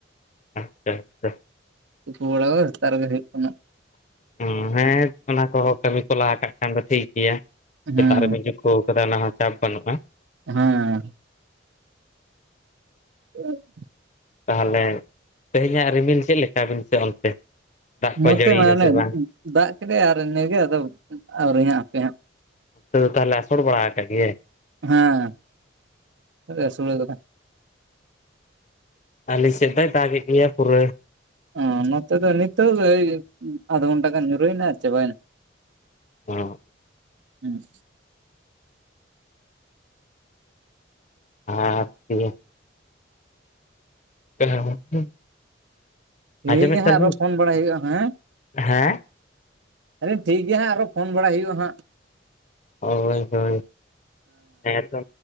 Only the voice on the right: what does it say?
ᱛᱩᱯᱩ ᱵᱟᱲᱟ ᱠᱚᱫᱚ ᱥᱮᱛᱟᱜ ᱨᱮᱜᱮ ᱦᱩᱭᱩᱜ ᱠᱟᱱᱟ᱾
ᱦᱮᱸ
ᱦᱮᱸ᱾ <unintelligible>
ᱱᱚᱛᱮ
ᱢᱟ ᱚᱱᱮ
ᱫᱟᱜ ᱠᱮᱫᱮ ᱟᱨ ᱤᱱᱟᱹᱜᱮ ᱟᱫᱚ ᱟᱹᱣᱨᱤ ᱦᱟᱸ ᱟᱯᱮ ᱦᱟᱸᱜ᱾
ᱦᱮᱸ, ᱟᱥᱳᱲ ᱠᱟᱫᱟᱭ᱾
ᱚ ᱱᱚᱛᱮ ᱫᱚ ᱱᱤᱛᱚᱜ ᱫᱚ ᱳᱭ ᱟᱫᱷ ᱜᱷᱚᱱᱴᱟ ᱜᱟᱱ ᱧᱩᱨᱦᱩᱭᱮᱱᱟ ᱟᱨ ᱪᱟᱵᱟᱭᱮᱱᱟ᱾
ᱦᱮᱸ᱾
ᱴᱷᱤᱠ
ᱜᱮᱭᱟ
ᱦᱟᱸᱜ ᱟᱨᱚ ᱯᱷᱳᱱ ᱵᱟᱲᱟᱭ ᱦᱩᱭᱩᱜᱼᱟ, ᱦᱮᱸ?
<unintelligible> ᱴᱷᱤᱠ ᱜᱮᱭᱟ ᱟᱨᱚ ᱯᱷᱳᱱ ᱵᱟᱲᱟᱭ ᱦᱩᱭᱩᱜᱼᱟ ᱦᱟᱸᱜ᱾